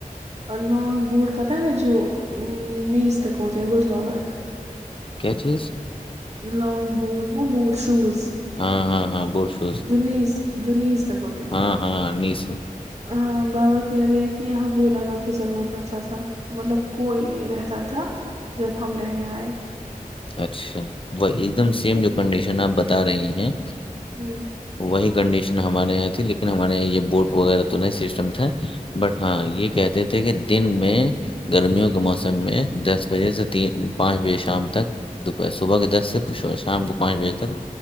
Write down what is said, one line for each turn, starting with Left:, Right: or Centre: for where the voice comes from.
Right: لانگ بوٹ پتاہ ہے جو نیز تک ہوتے ہے گھٹنوں تک
Left: کیا چیز
Right: لانگ بوٹ نا بوٹ شوز
Left: ہاں ہاں ہاں بوٹ سوز
Right: جو نیز جو نیز تک ہوتا ہے
Left: ہاں ہاں نیز
Right: ہاں بابا کہہ رہے ہیں کہ یہاں وہ لگا کے چلنا پڑتا تھا مطلب کوئی نہیں رہتا تھا جب ہم رہنے آئے
Left: اچھا وہ ایک دم
Right: ہ ہ
Left: سیم جو کنڈیشن آپ بتا بتا رہے ہیں
Right: ہوں
Left: وہی کنڈیشن ہمارے یہاں تھی لیکن لن ہمارے یہاں یہ بوٹ وغیرہ تو نہیں سسٹم تھا بٹ ہاں یہ کہتے تھے کہ دن میں گرمیوں کے موسم میں دس بجے سے تین پانچ بجے شام تک دوپہر صبح کے دس سے شام کو پانچ بجے تک